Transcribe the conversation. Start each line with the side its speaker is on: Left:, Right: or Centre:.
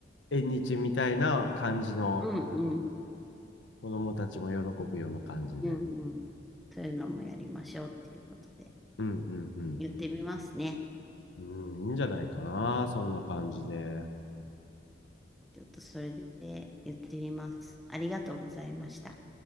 Left: 縁日みたいな感じの、
Centre: うんうん、
Left: 子供たちも喜ぶような感じで。
Centre: うんうん、そういうのもやりましょうっていうことで
Left: うんうんうん。
Centre: 言ってみますね。
Left: うん、いいんじゃないかな、そんな感じで。
Centre: ちょっとそれで言ってみます。ありがとうございました。